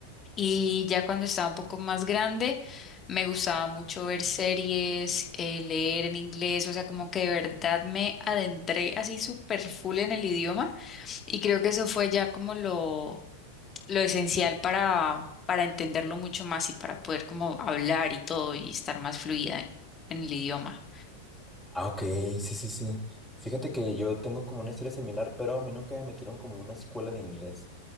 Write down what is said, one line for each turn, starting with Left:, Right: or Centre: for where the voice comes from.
Left: y ya cuando estaba un poco más grande me gustaba mucho ver series, eh, leer en inglés, o sea, como que de verdad me adentré así súper full en el idioma. Y creo que eso fue ya como lo, lo esencial para, para entenderlo mucho más y para poder como hablar y todo y estar más fluida en el idioma.
Centre: Ah, ok, sí, sí, sí. Fíjate que yo tengo como una historia similar, pero a mí nunca me metieron como a una escuela de inglés.